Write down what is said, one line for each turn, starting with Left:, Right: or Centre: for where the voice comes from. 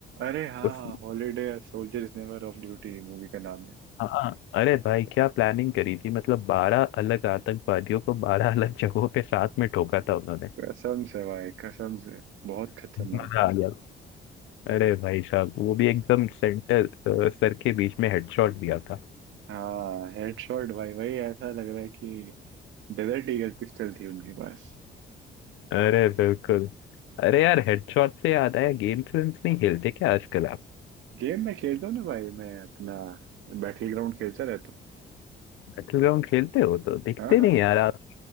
Right: अरे हाँ
Left: उस
Right: Holiday soldier is never off duty movie का नाम है
Left: हाँ अरे भाई क्या प्लानिंग करी थी मतलब बारह अलग आतंकवादियों को बारह अलग जगहों पे साथ में ठोका था उन्होंने
Right: कसम से भाई कसम से बहुत खतरनाक
Left: मजा आ गया अरे भाई साहब वो भी एकदम सेंटर अ, सर के बीच में हेडशॉट दिया था
Right: हाँ हेडशॉट भाई वही ऐसा लग रहा है कि डेजर्ट ईगल पिस्टल थी उनके पास
Left: अरे बिल्कुल अरे यार हेडशॉट से याद आया गेम्स वेम्स नहीं खेलते क्या आजकल आप
Right: गेम में खेलता हूँ ना भाई मैं अपना बैटल ग्राउंड खेलता रहता हूँ
Left: बैटल ग्राउंड खेलते हो तो दिखते
Right: हाँ हाँ
Left: नहीं यार आप